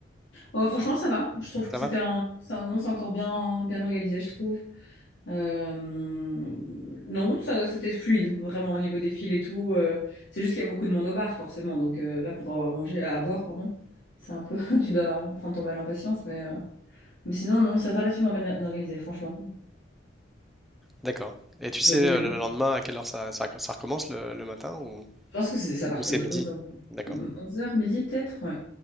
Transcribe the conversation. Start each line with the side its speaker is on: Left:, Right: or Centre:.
Left: Oh, franchement ça va. Je trouve que
Centre: Ça
Left: c'était
Centre: va?
Left: un, ça, non, c'est encore bien bien organisé, je trouve. Euh, non, ça, c'était fluide, vraiment au niveau des fils et tout. euh, c'est juste qu'il y a beaucoup de monde au bar, forcément. Donc euh, là, pour avoir à manger, à boire, pardon, c'est un peu, <laughs> tu dois prendre ton mal en patience. Mais, euh, mais sinon, non, c'est relativement bien organisé, franchement.
Centre: D'accord. Et tu sais
Left: Bah, vu les-
Centre: euh, le lendemain à quelle heure ça, ça, ça recommence le, le matin ou,
Left: Je pense que c'était ça à partir
Centre: ou c'est
Left: de
Centre: midi?
Left: onze heures,
Centre: D'accord.
Left: onze heures midi peut-être, ouais.